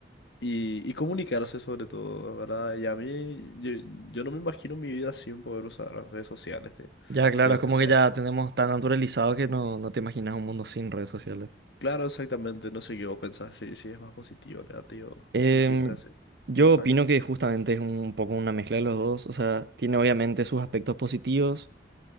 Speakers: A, on the left; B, on the right.
A: Y, y comunicarse sobre todo, ¿verdad? Y a mí, yo, yo no me imagino mi vida sin poder usar las redes sociales, te,
B: Ya, claro,
A: te,
B: es
A: te
B: como
A: voy
B: que
A: a
B: ya
A: decir.
B: tenemos tan naturalizado que no, no te imaginas un mundo sin redes sociales.
A: Claro, exactamente, no sé qué vos pensás, si, si es más positivo o negativo,
B: Em,
A: qué, qué clase
B: yo
A: de impacto.
B: opino que justamente es un poco una mezcla de los dos. O sea, tiene obviamente sus aspectos positivos,